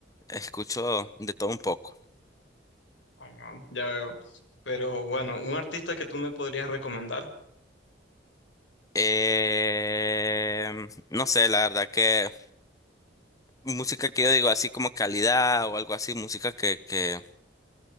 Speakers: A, on the left (about 20°); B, on the left (about 90°).
A: Escucho de todo un poco.
B: Ah, Ya veo. Pero bueno, un artista que tú me podrías recomendar.
A: Eh, no sé, la verdad que música que yo digo así como calidad o algo así, música que, que